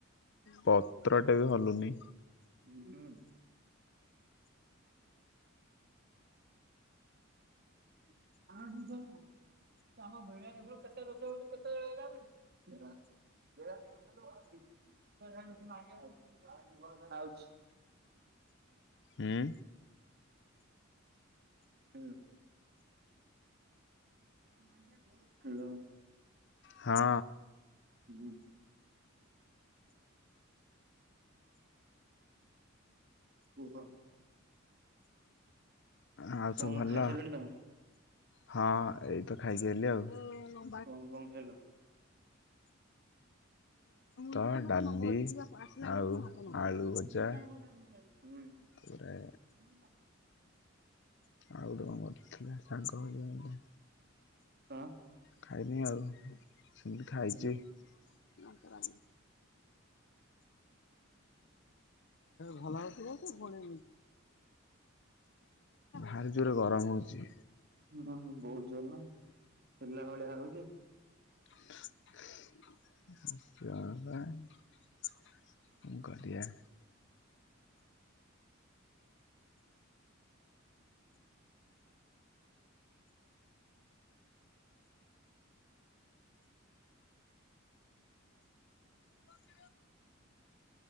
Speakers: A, on the left; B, on the right.
A: ପତ୍ରଟେ ବି
B: ହୁଁ।
A: ହଲୁନି
B: <unintelligible> <unintelligible> <unintelligible> ଆଛି। <inaudible>
A: ଉଁ।
B: ହୁଁ। ହ୍ୟାଲୋ।
A: ହଁ।
B: <inaudible> କୁହ।
A: ଆଉ
B: କଣ
A: ସବୁ ଭଲ
B: ଖାଇସାରିଲାଣି ତମ।
A: ହଁ ଏଇତ ଖାଇକି ଆଇଲି ଆଉ।
B: କଣ କଣ ଖାଇଲ?
A: ଭାତ ଡାଲି।
B: <inaudible>
A: ଆଉ ଆଳୁ ଭଜା
B: ହୁଁ।
A: ତାପରେ
B: <inaudible>
A: ଆଉ ଗୋଟେ କଣ କରଥିଲା ଶାଗ ଭଜା ଗୋଟେ।
B: ହଁ।
A: ଖାଇନି ଆଉ ସେମିତି ଖାଇଛି।
B: ହୁଁ
A: <inaudible> ଖାଇବା ଭଲ ହେଇଥିବ ତ ପୁଣି। ଭାରି ଜୋରେ ଗରମ ହଉଛି।
B: ହୁଁ ବହୁତ ଜୋର ନା ହେଲା ଭଳିଆ ହଉଛି।
A: <unintelligible> ମୁଗ ଦିଆ। <unintelligible> <unintelligible> <unintelligible>